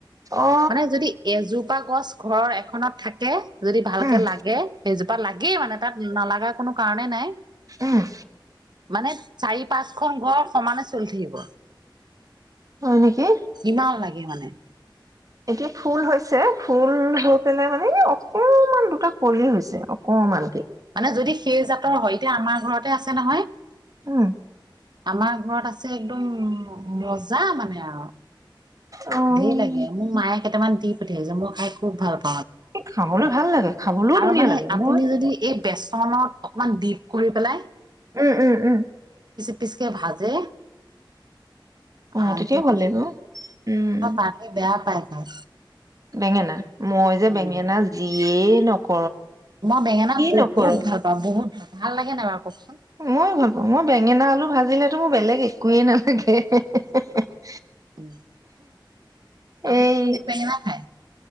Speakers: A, on the right; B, on the right.
A: অ
B: মানে যদি এজোপা গছ ঘৰৰ এখনত থাকে যদি ভালকে
A: উম
B: লাগে সেইজো পাত লাগেই মানে তাত নালাগা কোনো কাৰণে নাই।
A: উম।
B: মানে চাৰি পাঁচখন ঘৰ সমানে চলি থাকিব।
A: হয় নেকি
B: ইমান লাগে মানে।
A: এই ফুল হৈছে, ফুল হৈ পেলাই মানে ই অকমান দুটা কলি হৈছে অকমান কে।
B: মানে যদি সেই জাতৰ হয়, এতিয়া আমাৰ ঘৰতে আছে নহয়।
A: উম।
B: আমাৰ <unintelligible> একদম ৰজা মানে আৰু।
A: অ',
B: ধেৰ লাগে। মোৰ মায়ে কেটামান দি পঠিয়াইছে মই খাই খুব ভাল পা
A: এই খাবলৈ ভাল লাগে খাবলৈও
B: আৰু
A: ধুনীয়া
B: মানে
A: লাগে,
B: আপুনি
A: মই
B: যদি <unintelligible> অকমান দিপ কৰি পেলাই
A: উম, উম, উম।
B: পিচকে ভাজে।
A: অ
B: <unintelligible>
A: তেতিয়াও ভাল লাগিব উম
B: অ, পাৰ্থই বেয়া পায় খাই।
A: বেঙেনা, মই যে
B: উম
A: বেঙেনা যি <unintelligible>
B: মই বেঙেনা
A: নকৰ
B: বহুত ভাল পাওঁ বহুত ভাল ভাল লাগে নাই বাৰু ক
A: ময়ো ভাল পাওঁ, মই বেঙেনা আলু ভাজিলেতো মোৰ বেলেগ একোৱেই নালাগে <unintelligible>
B: উম, আপুনি
A: এই
B: কোনটো বেঙেনা খায়।